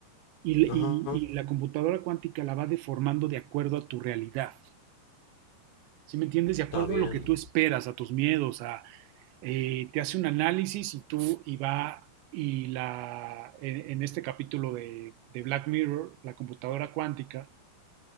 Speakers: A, on the right; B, on the left.
A: y, y,
B: Ajá.
A: y la computadora cuántica la va deformando de acuerdo a tu realidad. ¿sí me entiendes? De acuerdo
B: Está bien.
A: a lo que tú esperas, a tus miedos, a, eh, te hace un análisis y tú y va y la, en, en este capítulo de, de, Black Mirror, la computadora cuántica,